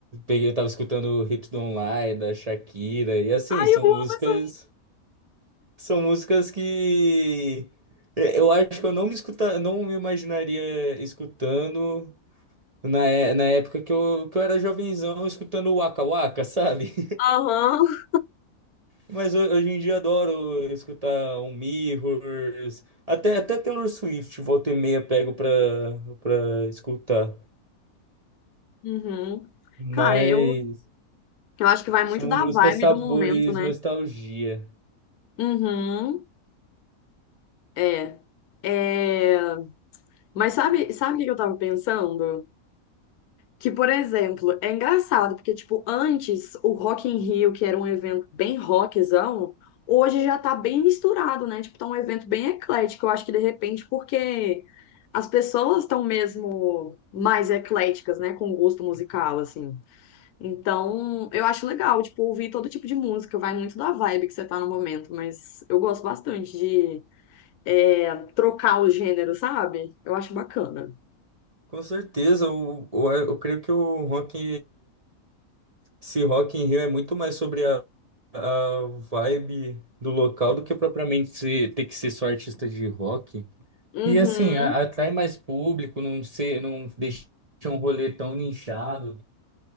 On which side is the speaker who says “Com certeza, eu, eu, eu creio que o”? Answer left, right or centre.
Right